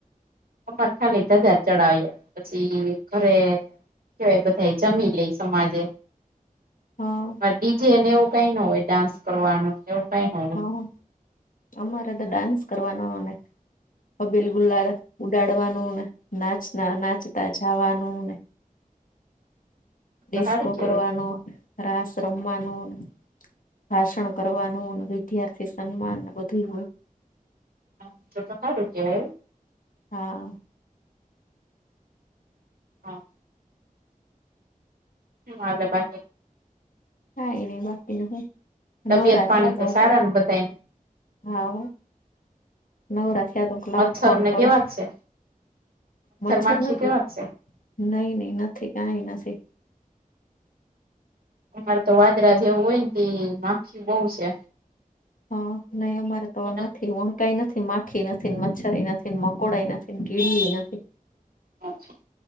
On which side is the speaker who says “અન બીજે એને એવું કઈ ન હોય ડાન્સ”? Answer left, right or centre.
Right